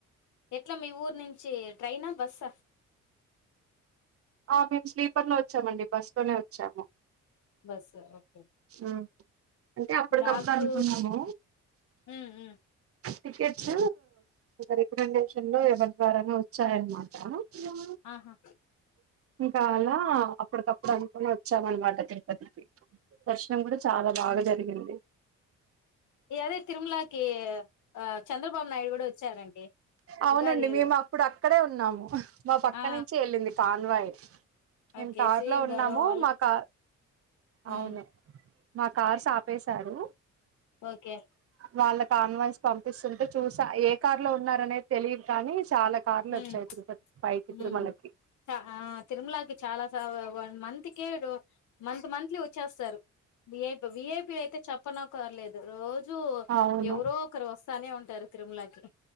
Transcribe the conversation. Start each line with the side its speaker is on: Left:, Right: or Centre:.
Left: ఎట్లా మీ ఊరు నుంచి ట్రైనా బస్సా
Right: ఆ మేము స్లీపర్ లో వచ్చామండి బస్ లోనే వచ్చాము
Left: బస్ ఓ
Right: ఆ అంటే అప్పటికప్పుడు
Left: నాకు
Right: అనుకున్నాము
Left: ఉమ్ ఉమ్
Right: టికెట్స్ రికమెండేషన్ లో ఎవరి ద్వారాన వచ్చాయన్నమాట అ
Left: ఆహా
Right: ఇంకా అలా అప్పటికప్పుడు అనుకుని వచ్చామ అనమాట తిరుపతి దర్శనం కూడా చాలా బాగా జరిగింది
Left: ఇ అదే తిరుమలకి ఆ చంద్రబాబు నాయుడు కూడా వచ్చారండి
Right: అవునండి
Left: ఉగాది
Right: మేము అప్పుడు అక్కడే ఉన్నాము మా పక్క
Left: ఆ
Right: నుంచి వెళ్ళింది పాన్వాయి మేము
Left: ఓకే
Right: కారు
Left: సీఎం
Right: లో ఉన్నాము
Left: గారు వాళ్ళు
Right: మా క అవును
Left: ఉమ్
Right: మా కార్ అపెసాడు
Left: ఓకే
Right: వాళ్ళ కాన్వాయిస్ పంపిస్తుంటే చూసా ఏ కార్ లో ఉన్నార అనేది తెలిదు కానీ చాలా కార్లు
Left: ఉమా
Right: వచ్చాయి తిరుపతి పైకి
Left: ఉమా
Right: తిరుమలకి
Left: ఆ తిరుమలకి చాలా స వన్ మంత్ కి మంత్ మంత్లీ వచ్చేస్తారుఐపీ విఐపి అయితే చెప్పన క్కర్లేదు రోజూ
Right: అవును
Left: ఎవరో ఒకరు వస్తానే ఉంటారు తిరుమలకి